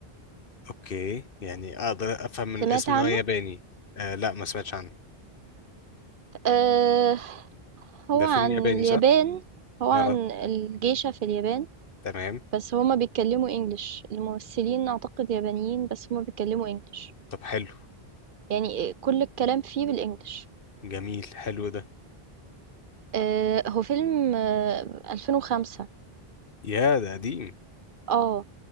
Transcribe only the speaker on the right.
سمعت
عنه
أه هو
عن
اليابان
هو عن
الجيشة في اليابان
بس هما بيتكلموا انجلش الممثلين اعتقد يابانيين بس هما بيتكلموا انجلش
يعني كل الكلام فيه بالانجلش
آه هو فيلم آه 2005
اه